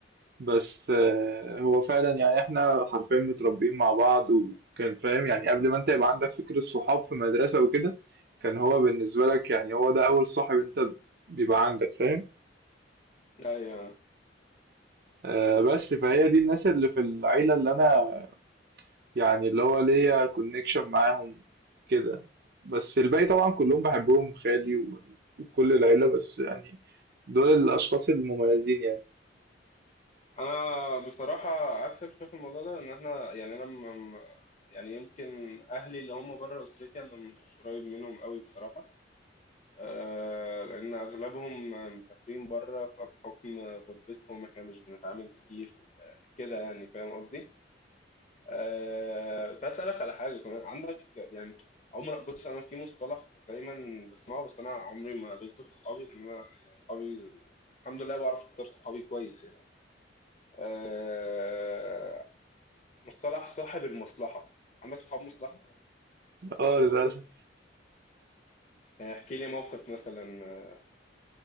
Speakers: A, on the right; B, on the left.
A: بس آه، هو فعلا يعني احنا حرفيا متربيين مع بعض وكان فاهم يعني قبل ما انت يبقى عندك فكرة صحاب في مدرسة وكده كان هو بالنسبة لك يعني هو ده أول صاحب انت بيبقى عندك فاهم
B: أيوة
A: آه بس فهي دي الناس اللي في العيلة اللي أنا يعني اللي هو ليا كونكشن معاهم كده بس الباقي طبعا كلهم بحبهم خالي و- وكل العيلة بس يعني دول الأشخاص المميزين يعني
B: أنا بصراحة عكسك شايف الموضوع ده إن إحنا يعني أنا م... م- يعني يمكن أهلي اللي هم بره أسرتي أنا مش قريب منهم قوي بصراحة آه، لأن أغلبهم مسافرين بره فبحكم غربتهم إحنا مش بنتعامل كتير كده يعني فاهم قصدي؟ أه... كنت عايز اسالك على حاجه كمان عندك يعني عمر بص انا في مصطلح دايما بسمعه بس انا عمري ما قابلته في صحابي لان انا يعني صحابي الحمد لله بعرف اختار صحابي كويس يعني أه... مصطلح صاحب المصلحه عندك صحاب مصلحه
A: اه للأسف
B: يعني احكي لي موقف مثلا آه،